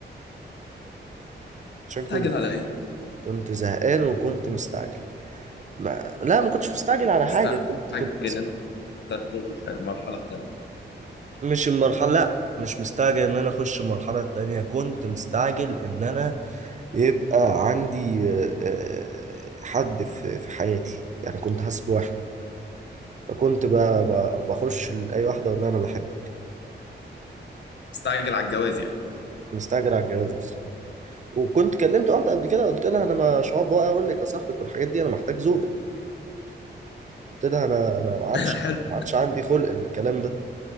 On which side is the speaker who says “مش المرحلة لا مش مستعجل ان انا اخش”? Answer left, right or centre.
Right